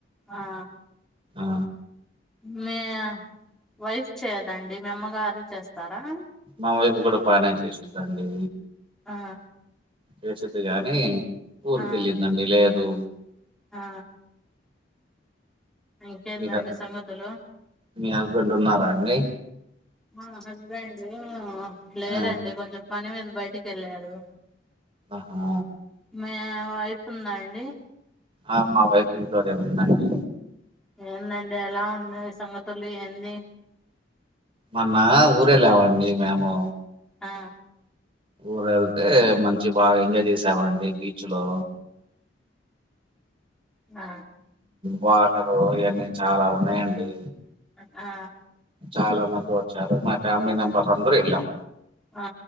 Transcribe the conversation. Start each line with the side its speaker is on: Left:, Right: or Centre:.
Centre: ఆ
Right: ఆ
Centre: మీ వైఫ్ చేయదండి మీ అమ్మగారే చేస్తారా
Right: మా వైపు కూడా బాగానే చేసిద్దాండి
Centre: ఆ
Right: చేసిద్ది గాని ఊరికెళ్ళిందండి
Centre: ఆ
Right: లేదు
Centre: ఆ ఇంకేందండి
Right: మీ హ-
Centre: సంగతులు
Right: మీ హస్బెండ్ ఉన్నారా అండి
Centre: మా హస్బెండ్ లేరండి
Right: ఆ
Centre: కొంచెం పని మీద బయటికెళ్ళారు
Right: ఆహా
Centre: మీ ఆ వైఫ్ ఉందా అండి
Right: ఆ మా వైఫ్ ఇంట్లోనే ఉందండి
Centre: ఏందండి ఎలా ఉన్నాయి సంగతులు ఏంది
Right: మొన్న ఊరెళ్ళమండి మేము
Centre: ఆ
Right: ఊరేళ్తే మంచి బాగా ఎంజాయ్ చేసావండి బీచ్లో
Centre: ఆ
Right: వాటరు ఇయన్నీ చాలా ఉన్నాయండి
Centre: ఆ
Right: చాలా మంది వచ్చారు మా ఫ్యామిలీ మెంబర్స్ అందరు వెళ్ళాం
Centre: ఆ